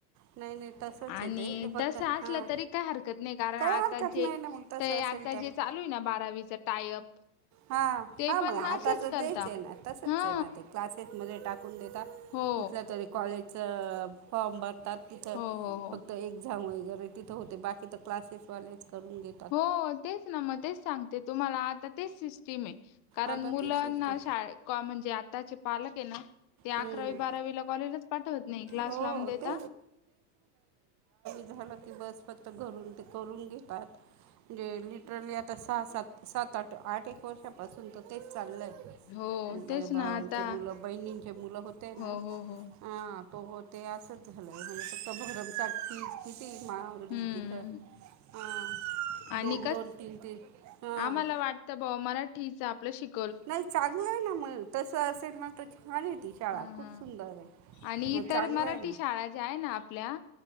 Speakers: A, on the right; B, on the left.
A: नाही नाही तसंच
B: आणि
A: आहे ते फक्त
B: तस असलं
A: हां
B: तरी काय हारक <unintelligible> कारण
A: काही
B: आता
A: हरकत
B: जे
A: नाही ना मग तसं
B: ते
A: असेल
B: आता
A: तर
B: जे चालू आहे ना बारावीचा टायअप.
A: हा
B: ते
A: हा
B: पण
A: मग आता
B: असेच
A: तेच
B: करता
A: ये आहे ना तसच
B: हा
A: ये ना ते. क्लासेसमध्ये टाकून देता
B: हो
A: कुठल्या तरी कॉलेजचं फॉर्म भर. भारतात तिथं
B: हो हो हो
A: फक्त एक्झाम वगैरे तिथं होते बाकी तर क्लासेसवालेच करून घे
B: हो तेच ना मग तेच सांगते तुम्हाला आता तेच सिस्टीम आहे, कारण
A: आता
B: मुलांना
A: ती सिस्टीम
B: <unintelligible> म्हणजे आताचे पालक आहे ना. ते
A: हम्म
B: अकरावी बारावीला कॉलेजच पाठवत नाही क्लास
A: हो हो
B: लावून देता.
A: ते झाल की बस फक्त घरून ते करून घेतात म्हणजे लिटरली आता सहा सात सात आठ आठ एक वर्षांपासून तर तेच चालय.
B: हो
A: माझे
B: तेच ना
A: भावांचे
B: आता
A: मुलं बहिणींचे मुलं होते ना,
B: हो हो हो
A: अ. तो ते असंच झालंय म्हणजे फक्त भरमचाटीज किती मा.
B: हम्म
A: तिथं हा
B: आणि
A: दोन दोन तीन तीन हा.
B: आम्हाला वाटतं मला ठीच आहे आपलं शिक
A: नाही चांगलं आहे ना मग तसं असेल ना तर छान ये ती शाळा
B: हा
A: खूप
B: हा
A: सुंदर ये,
B: आणि
A: मग
B: इतर
A: चांगलं
B: मराठी
A: ये ना.
B: शाळा जे आहे ना आपल्या.